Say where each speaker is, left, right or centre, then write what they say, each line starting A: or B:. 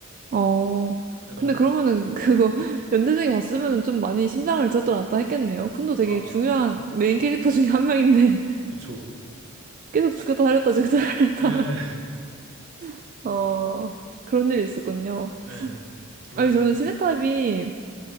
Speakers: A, on the right (about 40°); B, on the right (about 65°).
A: 어.
B: 약간
A: 근데 그러면은 그거 <laughs> 연대생이 봤으면은 좀 많이 심장을 들었다 놨다 했겠네요. 쿤도 되게
B: 아
A: 중요한 메인 캐릭터 중에 한 명인데
B: 아, 그쵸.
A: <laughs> 계속 죽였다 살렸다 죽였다 살렸다.
B: 네,
A: <laughs> 어. 그런 일이 있었군요.
B: 네, 그러기도
A: 아니 저는 시네탑이